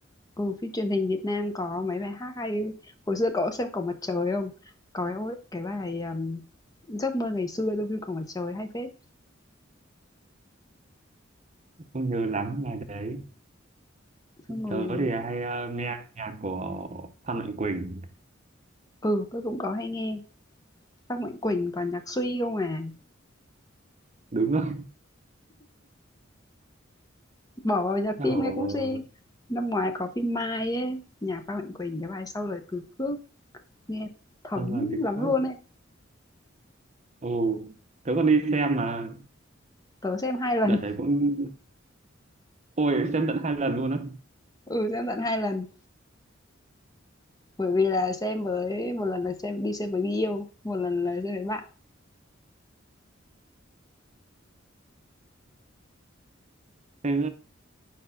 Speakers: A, on the left (about 20°); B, on the right (about 35°).
A: Ừ, phim truyền hình Việt Nam có mấy bài hát hay. Hồi xưa cậu có xem Cổng Mặt Trời không? Có cái cái bài ừm, Giấc mơ ngày xưa trong phim Cổng Mặt Trời hay phết.
B: không nhớ lắm là đấy.
A: Xong rồi
B: Tớ thì hay ờ, nghe nhạc của Phan Mạnh Quỳnh,
A: ừ, tôi cũng có hay nghe. Các Mạnh Quỳnh toàn nhạc suy không à.
B: đúng rồi,
A: Bỏ vào nhạc
B: <laughs> kiểu
A: phim nghe cũng suy.
B: ờ,
A: Năm ngoái có phim Mai ấy, nhạc Phan Mạnh Quỳnh cái bài sau lời từ khước nghe thấm
B: Phan Mạnh Quỳnh
A: lắm
B: khớp.
A: luôn ấy.
B: Ồ, tớ còn đi xem mà,
A: Tớ xem hai lần.
B: đợt đấy cũng, ôi xem tận hai lần luôn á.
A: Ừ, xem tận hai lần. Bởi vì là xem với một lần là xem đi xem với người yêu, một lần là xem với bạn.
B: Thế